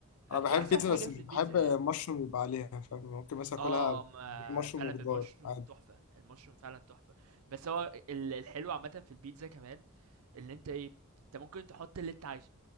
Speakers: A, on the right (about 85°); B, on the left (about 80°).
A: آه،
B: انا بحب
A: دي احسن
B: بيتزا
A: حاجة
B: بس
A: في
B: مش
A: البيتزا
B: بحب
A: يعني
B: مشروم يبقى عليها فاهم ممكن مثلا
A: اه
B: اكلها
A: م- آه،
B: مشروم
A: فعلا
B: وخضار
A: بالمشروم
B: عادي
A: تحفة المشروم فعلا تحفة بس هو ال- الحلو عامة في البيتزا كمان اللي انت ايه انت ممكن تحط اللي انت عايزه